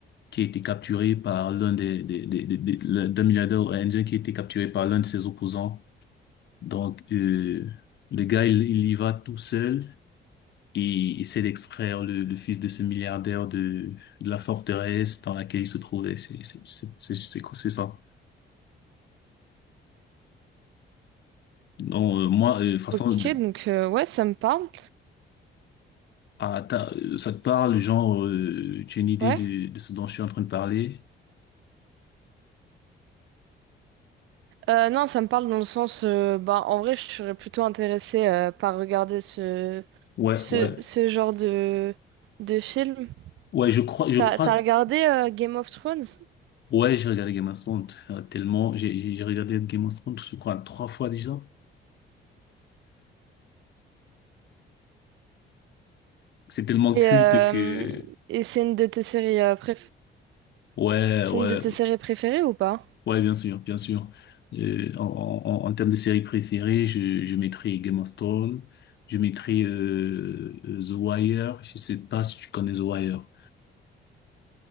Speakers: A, on the left; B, on the right.
A: qui a été capturé par l'un des, des, des, des- des- l'un- d'un milliardaire indien qui a été capturé par l'un de ses opposants. Donc, euh, le gars, il, il y va tout seul et il essaie d'extraire le, le fils de ce milliardaire de, de la forteresse dans laquelle il se trouvait. C'est, c'est, c'est, c'est, c'est c'est ça. Non, euh, moi, euh, de toute façon,
B: Ok,
A: de-
B: donc euh, ouais, ça me parle.
A: ah, t'as- euh, ça te parle, genre, euh, tu as une idée
B: Ouais.
A: de, de ce dont je suis en train de parler?
B: Euh, non, ça me parle dans le sens, euh, bah, en vrai, je serais plutôt intéressée euh, par regarder ce,
A: Ouais,
B: ce,
A: ouais.
B: ce genre de, de film.
A: Ouais, je crois, je
B: T'as,
A: crois,
B: t'as regardé euh, Game of Thrones?
A: ouais, j'ai regardé Game of Thrones euh, tellement, j'ai j'ai- j'ai regardé Game of Thrones, je crois, trois fois déjà. C'est tellement
B: Et,
A: culte
B: euh,
A: que,
B: et c'est une de tes séries, euh, préf-
A: ouais,
B: c'est
A: ouais,
B: une de tes séries préférées ou pas?
A: ouais, bien sûr, bien sûr. Euh, en, en, en en termes de séries préférées, je, je mettrai Game of Thrones, je mettrai euh, euh, The Wire, je sais pas si tu connais The Wire.